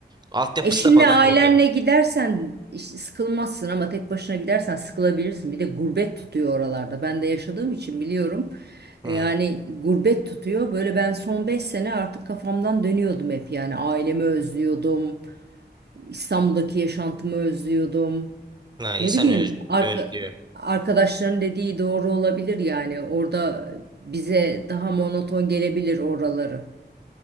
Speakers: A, on the right; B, on the right.
A: altyapısı
B: Eşinle
A: da falan
B: ailenle
A: problem.
B: gidersen işte sıkılmazsın ama tek başına gidersen sıkılabilirsin. Bir de gurbet tutuyor oralarda. Ben de yaşadığım için biliyorum.
A: Hmm.
B: E, Yani gurbet tutuyor. Böyle ben son 5 sene artık kafamdan dönüyordum hep. Yani ailemi özlüyordum. İstanbul'daki yaşantımı özlüyordum.
A: Ha, insan
B: Ne bileyim
A: öz,
B: arka,
A: özlüyor.
B: arkadaşların dediği doğru olabilir yani. Orada bize daha monoton gelebilir oraları.